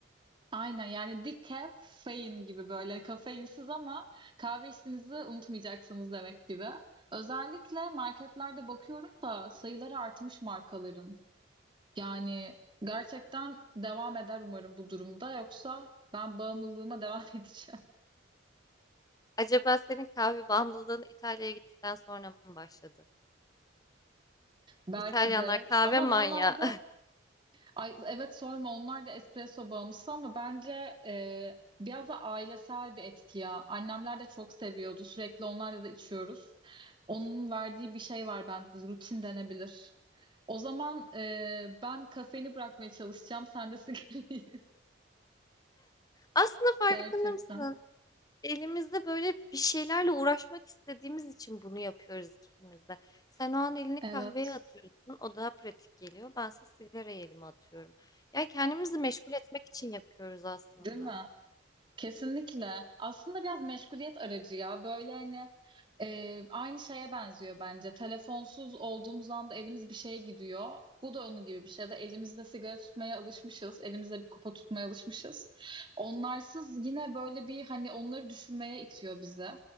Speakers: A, on the right; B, on the left.
A: Aynen yani decaf gibi böyle kafeinsiz ama kahve işinizi unutmayacaksınız demek gibi. Özellikle marketlerde bakıyorum da sayıları artmış markaların. Yani gerçekten devam eder umarım bu durumda yoksa ben bağımlılığıma devam <laughs> edeceğim.
B: Acaba senin kahve bağımlılığın İtalya'ya gittikten sonra mı başladı?
A: Belki
B: İtalyanlar
A: de
B: kahve
A: ama
B: manyağı.
A: normalde ay, evet sorma onlar da espresso bağımlısı ama bence e, biraz da ailesel bir etki ya. Annemler de çok seviyordu. Sürekli onlarla da içiyoruz. Onun verdiği bir şey var bende. Rutin denebilir. O zaman
B: <laughs>
A: e, ben kafeini bırakmaya çalışacağım. Sen de sigarayı.
B: Aslında farkında
A: <laughs> Gerçekten.
B: mısın? Elimizde böyle bir şeylerle uğraşmak istediğimiz için bunu yapıyoruz ikimiz de. Sen o an elini
A: Evet.
B: kahveye atıyorsun, o daha pratik geliyor. Bense sigarayı elime atıyorum. Yani kendimizi meşgul etmek için yapıyoruz aslında.
A: Değil mi? Kesinlikle. Aslında biraz meşguliyet aracı ya. Böyle hani e, aynı şeye benziyor bence. Telefonsuz olduğumuz anda elimiz bir şeye gidiyor. Bu da onun gibi bir şey Ya Da elimizde sigara tutmaya alışmışız. Elimizde bir kupa tutmaya alışmışız. Onlarsız yine böyle bir hani onları düşünmeye itiyor bize.